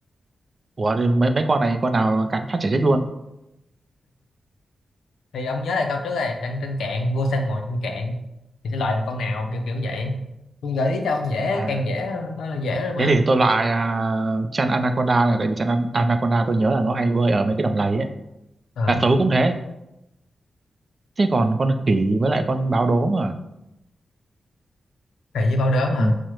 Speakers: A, on the right (about 45°); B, on the left (about 80°).
A: ủa thì mấy mấy con này con nào cắn phát chả chết luôn
B: thì ông nhớ lại câu trước này trăng trên cạn vua săn mồi trên cạn thì sẽ loại được con nào kiểu kiểu vậy tôi gợi ý cho ông dễ
A: à
B: càng dễ đó là dễ rồi mà
A: thế thì tôi loại à, chăn anaconda này tại vì chăn an- anaconda tôi nhớ là nó hay bơi ở mấy cái đầm lầy ấy
B: ờ
A: cá sấu cũng thế thế còn con khỉ với lại con báo đốm à
B: thầy với bao đốm hả
A: ừ.